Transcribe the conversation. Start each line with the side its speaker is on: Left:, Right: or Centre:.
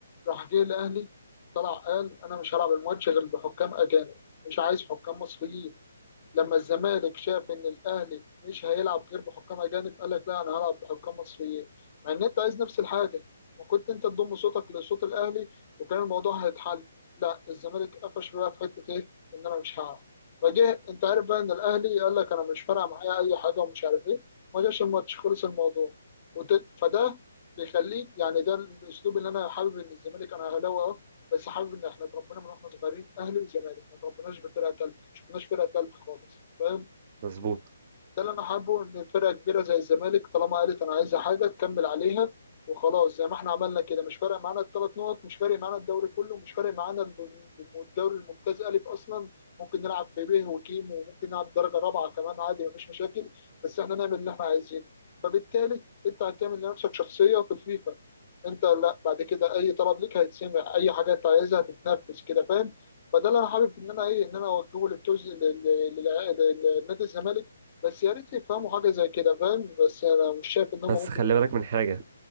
Left: راح جه الاهلي طلع قال انا مش هلعب الماتش غير بحكام اجانب مش عايز حكام مصريين لما الزمالك شاف ان الاهلي مش هيلعب غير بحكام اجانب قال لك لا انا هلعب بحكام مصريين مع ان انت عايز نفس الحاجه وكنت انت تضم صوتك لصوت الاهلي وكان الموضوع هيتحل لا الزمالك قفش بقى في حته ايه ان انا مش هلعب فجه انت عارف بقى ان الاهلي قال لك انا مش فارقه معايا اي حاجه ومش عارف ايه ما جاش الماتش خلص الموضوع وت... فده بيخليك يعني ده الاسلوب اللي انا حابب ان الزمالك انا اهلاوي أهو، بس حابب ان احنا اتربينا من واحنا صغيرين اهلي وزمالك ما اتربيناش بفرقه ثالثه ما شفناش فرقه ثالثه خالص فاهم
Right: مظبوط
Left: ده اللي انا حابه ان فرقه كبيره زي الزمالك طالما قالت انا عايزه حاجه تكمل عليها وخلاص زي ما احنا عملنا كده مش فارق معانا الثلاث نقط مش فارق معانا الدوري كله مش فارق معانا الب- الدوري الممتاز الف اصلا ممكن نلعب في ب وكيم وممكن نلعب درجه رابعه كمان عادي مفيش مشاكل بس احنا نعمل اللي احنا عايزينه فبالتالي انت هتعمل لنفسك شخصيه في الفيفا انت لا بعد كده اي طلب ليك هيتسمع اي حاجه انت عايزها هتتنفذ كده فاهم فده اللي انا حابب ان انا ايه ان انا اوجهه للجزء لل- لل- لل- لنادي الزمالك بس يا ريت يفهموا حاجة زي كده فاهم بس أنا مش شايف إن هم
Right: بس
Left: ممكن
Right: خلي
Left: يفهموا
Right: بالك من حاجة